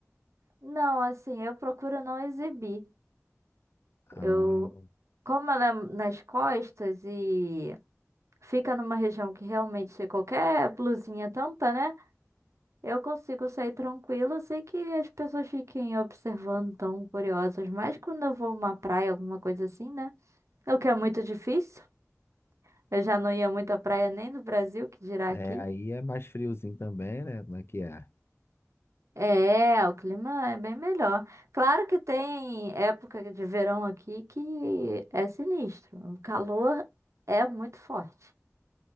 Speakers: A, on the right; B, on the left.
A: Não, assim, eu procuro não exibir.
B: Ah,
A: Eu, como ela é nas costas e fica numa região que realmente qualquer blusinha tampa, né? Eu consigo sair tranquila. Eu sei que as pessoas fiquem observando, tão curiosas, mas quando eu vou uma praia, alguma coisa assim, né? O que é muito difícil. Eu já não ia muito à praia nem no Brasil, que dirá aqui.
B: é, aí é mais friozinho também, né? Como é que é?
A: É, o clima é bem melhor. Claro que tem época de verão aqui que é sinistro. O calor é muito forte.